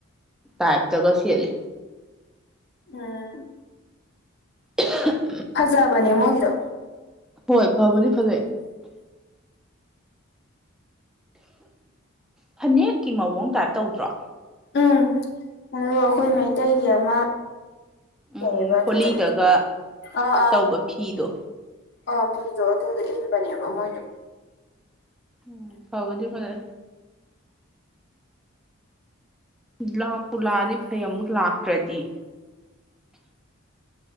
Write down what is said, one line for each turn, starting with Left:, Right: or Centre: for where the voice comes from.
Centre: ꯇꯥꯏꯞꯇꯒ ꯁꯦꯠꯂꯤ
Left: ꯎꯝ
Centre: ꯑꯍ
Left: ꯐꯖꯕꯅꯦ ꯃꯣꯏꯒꯤꯗꯣ
Centre: ꯍꯣꯏ ꯐꯕꯨꯗꯤ ꯐꯖꯩ ꯐꯅꯦꯛꯀꯤ ꯃꯑꯣꯡ ꯇꯥꯏꯞ ꯇꯧꯗ꯭ꯔꯣ
Left: ꯎꯝ ꯑ ꯑꯩꯈꯣꯏ ꯃꯩꯇꯩꯒꯤ ꯑꯃ
Centre: ꯎꯝ
Left: ꯀꯩꯌꯦꯕ ꯑꯗꯨꯗꯣ
Centre: ꯍꯣꯂꯤꯗꯒ
Left: ꯑꯥ ꯑ
Centre: ꯇꯧꯕ ꯐꯤꯗꯣ
Left: ꯑꯥ ꯐꯤꯗꯣ ꯑꯗꯨꯗ ꯏꯟꯕꯅꯦꯕ ꯃꯣꯏꯗꯣ
Centre: ꯎꯝ ꯐꯕꯗꯤ ꯐꯖꯩ ꯂꯥꯛꯄꯨ ꯂꯥꯛꯑꯗꯤ ꯐꯩ ꯑꯃꯨꯛ ꯂꯥꯛꯇ꯭ꯔꯗꯤ